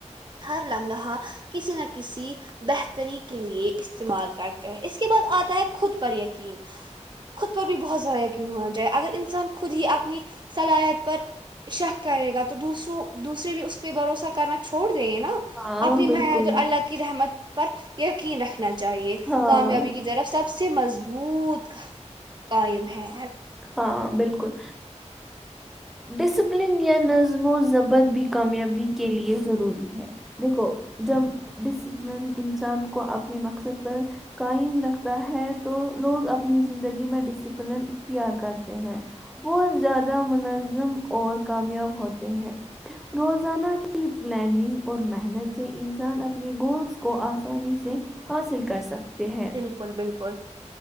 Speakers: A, on the right; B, in the centre.
A: ہر لمحہ کسی نہ کسی بہتری کے لیے استعمال کرتے ہیں اس کے بعد آتا ہے خود پر یقین خود پر بھی بہت زیادہ یقین ہونا چاہے اگر انسان خود ہی اپنی صلاحیت پر شک کرے گا تو دوسروں دوسرے بھی اس پہ بھروسہ کرنا چھوڑ دینگے نا
B: ہاں
A: اپنی
B: بالکل
A: محنت اور اللہ کی رحمت پر یقین رکھنا چاہیے
B: ہاں
A: کامیابی کی طرف سب سے مضبوط قائم ہے
B: ہاں بالکل ڈسپلن یا نظم و ضبط بھی کامیابی کے لئے ضروری ہے دیکھو جب ڈسپلن انسان کو اپنے مقصد پر قائم رکھتا ہے تو لوگ اپنی زندگی میں ڈسپلن اختیار کرتے ہیں وہ زیادہ منظم اور کامیاب ہوتے ہیں روزانہ کی پلاننگ اور محنت سے انسان اپنے گولس کو آسانی سے حاصل کر سکتے ہیں
A: بالکل بالکل